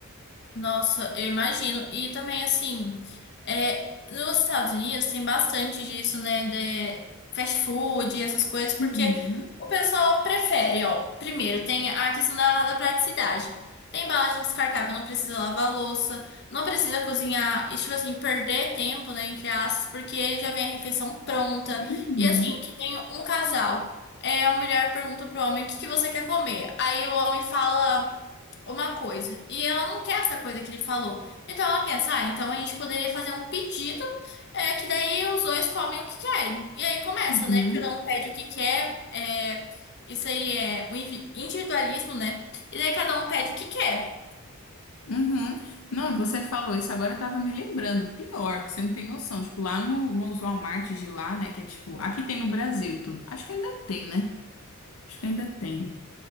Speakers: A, on the left; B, on the left.
A: Nossa, eu imagino. E também, assim, é, nos Estados Unidos tem bastante disso, né? De fast food e essas coisas,
B: Uhum,
A: porque o pessoal prefere, ó. Primeiro, tem a questão da, da praticidade. Tem embalagem descartável, não precisa lavar louça, não precisa cozinhar, e, tipo assim, perder tempo, né? Entre aspas, porque já vem a refeição pronta.
B: uhum,
A: E assim, que tem um casal. É, a mulher pergunta pro homem o que que você quer comer. Aí o homem fala uma coisa e ela não quer essa coisa que ele falou. Então ela pensa, ah, então a gente poderia fazer um pedido, é, que daí os dois comem o que querem. E aí começa,
B: uhum,
A: né? Cada um pede o que quer, é, isso aí é o invi- individualismo, né? E daí cada um pede o que quer.
B: uhum. Não, e você falou isso, agora eu tava me lembrando. Pior, que você não tem noção. Tipo, lá no, nos Walmart de lá, né? Que é tipo, aqui tem no Brasil e tudo. Acho que ainda tem, né? Acho que ainda tem.